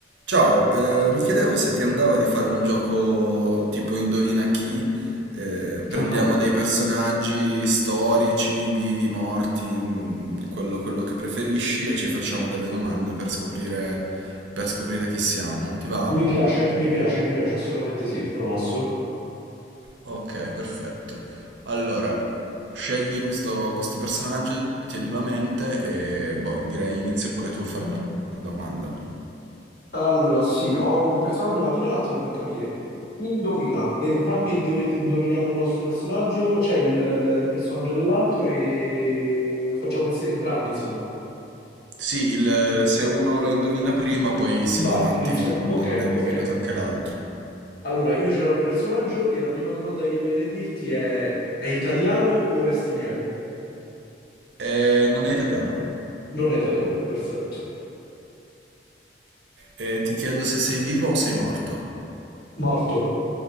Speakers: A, on the right; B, on the left.
A: Ciao, eh, mi chiedevo se ti andava di fare un gioco tipo Indovina chi, eh, prendiamo
B: Ah,
A: dei personaggi storici, vivi, morti, mm, quello, quello che preferisci e ci facciamo delle domande per scoprire, per scoprire chi siamo. Ti va?
B: Mi piace, mi piace, mi piace, assolutamente sì, promosso.
A: Ok, perfetto. Allora, scegli questo, questo personaggio, tienilo a mente e boh, direi inizia pure tu a farmi la domanda.
B: Allora, sì, ho un personaggio, ma dimmi un attimo per capire. Chi Indovina, entrambi indo- indoviniamo il nostro personaggio, cioè il, il- il personaggio dell'altro e lo facciamo inse- entrambi, insomma.
A: Sì, il- se uno lo indovina prima, poi si
B: Vai,
A: va avanti
B: vince.
A: fin quando
B: Ok,
A: non l'ha indovinato
B: ok.
A: anche l'altro.
B: Allora, io ce l'ho il personaggio e la prima domanda che mi viene a dirti è: è italiano o è straniero?
A: Eh, non è italiano.
B: Non è italiano, perfetto.
A: Eh, ti chiedo se sei vivo o sei morto.
B: Morto.